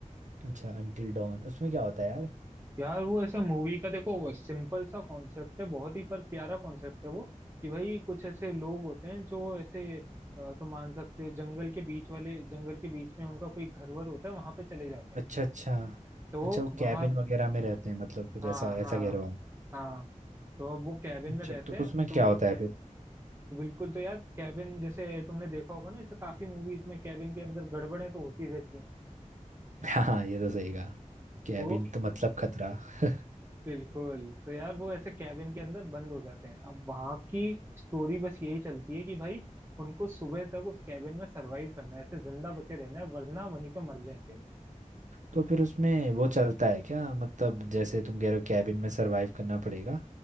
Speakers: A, on the right; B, on the right.
A: अच्छा अंटिल डॉन उसमें क्या होता है यार
B: यार वो ऐसे मूवी का देखो सिंपल सा कॉन्सेप्ट है बहुत ही पर प्यारा कॉन्सेप्ट है वो कि भाई कुछ ऐसे लोग होते हैं जो ऐसे अ, तुम मान सकते हो जंगल के बीच वाले जंगल के बीच में उनका कोई घर वर होता है वहां पे चले जाते हैं
A: अच्छा अच्छा
B: तो
A: अच्छा वो कैबिन
B: वहां
A: वगैरह में रहते हैं मतलब कुछ
B: हाँ
A: ऐसा ऐसा
B: हाँ
A: कह रहे हो आप।
B: हाँ तो अब वो कैबिन
A: अच्छा
B: में रहते
A: तो
B: हैं
A: उसमें
B: तो
A: क्या
B: वो
A: होता है फिर
B: बिल्कुल तो यार कैबिन जैसे तुमने देखा होगा ना ऐसे काफी मूवीज में कैबिन के अंदर गड़बड़ें तो होती रहती हैं
A: <laughs> हाँ हाँ ये तो सही कहा कैबिन
B: तो
A: तो मतलब खतरा <laughs>
B: बिल्कुल तो यार वो ऐसे कैबिन के अंदर बंद हो जाते हैं अब वहां की स्टोरी बस यही चलती है कि भाई उनको सुबह तक उस कैबिन में सरवाइव करना है ऐसे जिंदा बचे रहना है वरना वहीं पे मर जाएंगे
A: तो फिर उसमें वो चलता है क्या मतलब जैसे तुम कह रहे हो कैबिन में सरवाइव करना पड़ेगा